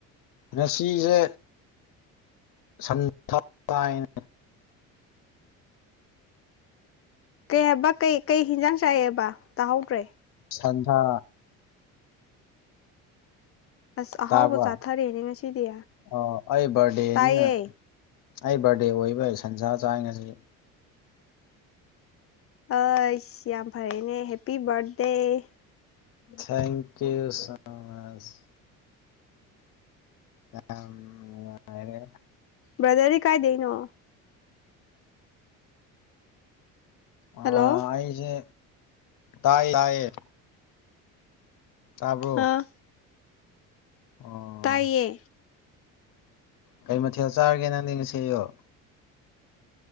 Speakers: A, on the left; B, on the left.
A: ꯉꯁꯤꯁꯦ ꯁꯟꯁꯥ ꯆꯥꯏꯌꯦ
B: ꯀꯩ ꯍꯥꯏꯕ ꯀꯩ ꯀꯩ ꯍꯤꯟꯖꯥꯡ ꯆꯥꯏꯑꯕ ꯇꯥꯍꯧꯗ꯭ꯔꯦ
A: ꯁꯥꯟꯊꯥ
B: ꯑꯁ ꯑꯍꯥꯎꯕ
A: ꯇꯥꯕ
B: ꯆꯥꯊꯔꯦꯅꯦ ꯉꯁꯤꯗꯤ
A: ꯑꯥ ꯑꯩ ꯕꯥꯔꯗꯦꯅꯤꯅ
B: ꯇꯥꯏꯌꯦ
A: ꯑꯩ ꯕꯥꯔꯗꯦ ꯑꯣꯏꯕ ꯁꯟꯁꯥ ꯆꯥꯏ ꯉꯁꯤ
B: ꯑꯁ ꯌꯥꯝ ꯐꯔꯦꯅꯦ ꯍꯦꯄꯤ ꯕꯥꯔꯊꯗꯦ
A: ꯊꯦꯡꯀ꯭ ꯌꯨ ꯁꯦꯁ ꯑꯥ ꯅꯨꯉꯥꯏꯔꯦ
B: ꯕ꯭ꯔꯥꯗꯔꯗꯤ ꯀꯥꯏꯗꯩꯅꯣ
A: ꯑꯥ
B: ꯍꯜꯂꯣ
A: ꯑꯩꯁꯦ ꯇꯥꯏ ꯇꯥꯏꯌꯦ ꯇꯥꯕ꯭ꯔꯣ
B: ꯑꯥ
A: ꯑꯣ
B: ꯇꯥꯏꯌꯦ
A: ꯀꯩ ꯃꯊꯦꯜ ꯆꯥꯔꯒꯦ ꯅꯪꯗꯤ ꯉꯁꯤꯌꯨꯛ